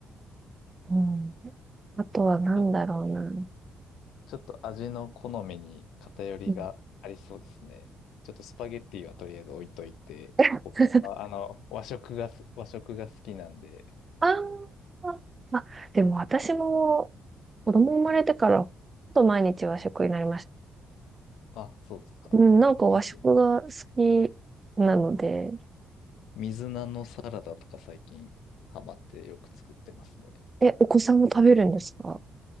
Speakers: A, on the right (about 25°); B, on the left (about 80°).
A: うん。あとはなんだろうな。
B: ちょっちょっと味の好みに偏りがありそうですね。
A: うん、
B: ちょっとスパゲッティはとりあえず置いといて、
A: <laughs>
B: 僕は、あの、和食がす、和食が好きなんで、
A: あーあ、でも私も子供生まれてから、ほとんど毎日和食になりました。
B: あ、そうですか。
A: うん、なんか和食が好きなので、
B: 水、水菜のサラダとか最近ハマってよく作ってますね。
A: え、お子さんも食べるんですか